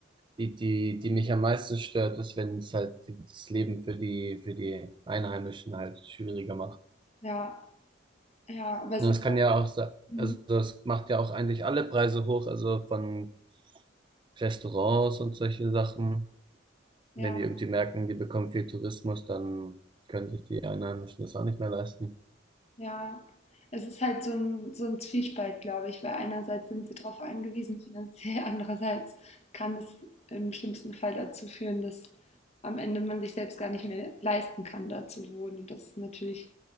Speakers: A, on the right; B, on the left.
A: Die, die, die mich am meisten stört, ist, wenn es halt das Leben für die, für die Einheimischen halt schwieriger macht.
B: Ja. Ja, aber
A: Und
B: es
A: Das
B: ist
A: kann ja
B: halt,
A: auch, sa-
B: mhm.
A: also das macht ja auch eigentlich alle Preise hoch, also von Restaurants und solche Sachen.
B: ja,
A: Wenn die irgendwie merken, die bekommen viel Tourismus, dann können sich die Einheimischen das auch nicht mehr leisten.
B: ja. Es ist halt so ein, so ein Zwiespalt, glaube ich, weil einerseits sind sie darauf angewiesen finanziell, <laughs> andererseits kann es im schlimmsten Fall dazu führen, dass am Ende man sich selbst gar nicht mehr leisten kann, da zu wohnen. Und das ist natürlich